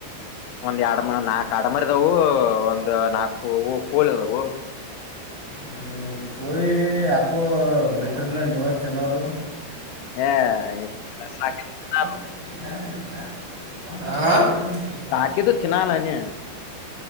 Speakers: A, on the left; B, on the right.
A: ಒಂದ್ ಎರಡ ನಾಕ್ ಆಡಮರದವು ಒಂದು ನಾಕು ಕೋಳ ಇದದವು
B: ಹ ಕಯ ಯಕ್ಕೋ ಬಿಟ್ರಲ್ಲ ನಿವತ್ತುತಿನೋವರು
A: ಹಾ ಸಾಕ ನ.
B: ಹಾ
A: ಸಾಕಿದು ತಿನ್ನಲ್ಲಾನ